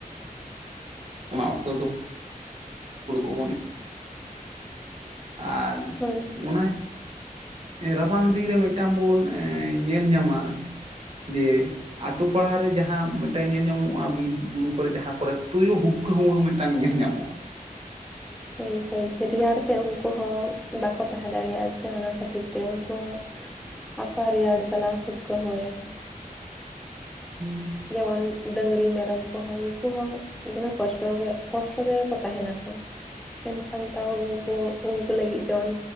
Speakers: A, on the right (about 45°); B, in the centre.
A: ᱚᱱᱟ ᱚᱠᱛᱚ ᱫᱚ ᱦᱩᱲᱩ ᱠᱚᱵᱚᱱ ᱤ ᱟᱨ
B: ᱦᱳᱭ
A: ᱚᱱᱟ ᱨᱟᱵᱟᱝ ᱫᱤᱱ ᱨᱮ ᱢᱤᱫᱴᱟᱝ ᱵᱚᱱ ᱧᱮᱞ ᱧᱟᱢᱟ ᱡᱮ ᱟᱛᱳ ᱯᱟᱲᱟ ᱨᱮ ᱡᱟᱦᱟᱸ ᱢᱤᱫᱴᱮᱱ ᱧᱮᱞ ᱧᱟᱢᱚᱜᱼᱟ ᱵᱤᱨ ᱵᱩᱨᱩ ᱠᱚᱨᱮᱜ ᱡᱟᱦᱟᱸ ᱠᱚᱨᱮᱜ ᱛᱩᱭᱩ ᱦᱩᱠ ᱦᱩᱠᱠᱟᱹ ᱦᱩᱸᱣᱟᱹ‌ ᱢᱤᱫᱴᱟᱝ ᱧᱮᱞ ᱧᱟᱢᱚᱜᱼᱟ
B: ᱦᱳᱭ ᱦᱳᱭ ᱨᱮᱭᱟᱲ ᱛᱮ ᱩᱱᱠᱩ ᱦᱚᱸ ᱵᱟᱠᱚ ᱛᱟᱦᱮᱸ ᱫᱟᱲᱮᱭᱟᱜᱼᱟ ᱥᱮ ᱚᱱᱟ ᱠᱷᱟᱹᱛᱤᱨ ᱛᱮ ᱩᱱᱠᱩ ᱦᱚᱸ ᱟᱠᱚᱣᱟᱜ ᱨᱮᱭᱟᱲ ᱡᱟᱞᱟ ᱦᱩᱠᱠᱟᱹ ᱦᱩᱣᱟᱹ ᱭᱟᱠᱚ
A: <inaudible>
B: ᱡᱮᱢᱚᱱ ᱰᱟᱹᱝᱨᱤ ᱢᱮᱨᱚᱢ ᱠᱚᱦᱚᱸ ᱩᱱᱠᱩ ᱦᱚᱸ ᱫᱚᱢᱮ ᱠᱚᱥᱴᱚ ᱜᱮ ᱠᱚᱥᱴᱚ ᱛᱮᱜᱮ ᱠᱚ ᱛᱟᱦᱮ ᱱᱟᱠᱚ ᱢᱮᱱᱠᱷᱟᱱ ᱛᱟᱣ ᱩᱱᱠᱩ ᱩᱱᱠᱩ ᱞᱟᱹᱜᱤᱫ ᱡᱮᱢᱚᱱ